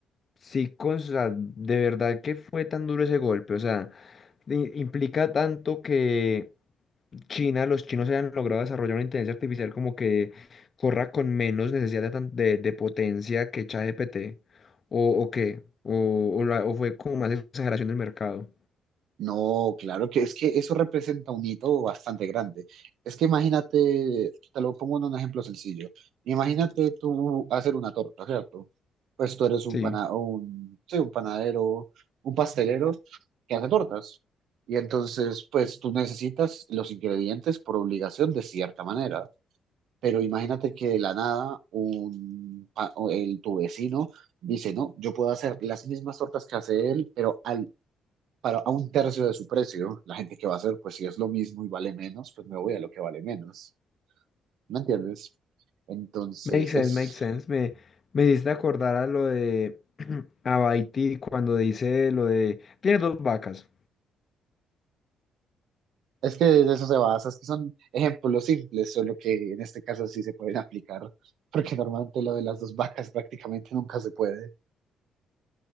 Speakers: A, on the left; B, on the right.
A: Sí, con, o sea, de verdad que fue tan duro ese golpe, o sea i- implica tanto que China, los chinos hayan logrado desarrollar una inteligencia artificial como que corra con menos necesidad de, tan- de- de potencia que ChatGPT, o, o qué, o, o la- o fue como más exageración del mercado.
B: No, claro que es que eso representa un hito bastante grande. Es que imagínate, te lo pongo en un ejemplo sencillo. Imagínate tú hacer una torta, ¿cierto? Pues tú eres un
A: Sí,
B: pana, un, sí, un panadero, un pastelero que hace tortas. Y entonces, pues tú necesitas los ingredientes por obligación de cierta manera. Pero imagínate que de la nada un, pa- o el, tu vecino dice, no, yo puedo hacer las mismas tortas que hace él, pero al para a un tercio de su precio, la gente que va a hacer, pues si es lo mismo y vale menos, pues me voy a lo que vale menos. ¿Me entiendes? Entonces,
A: makes sense,
B: es,
A: makes sense. Me, me hiciste acordar a lo de <clears throat> Abaiti cuando dice lo de, tiene dos vacas.
B: es que de eso se basa, es que son ejemplos simples, solo que en este caso sí se pueden aplicar, porque normalmente lo de las dos vacas prácticamente nunca se puede.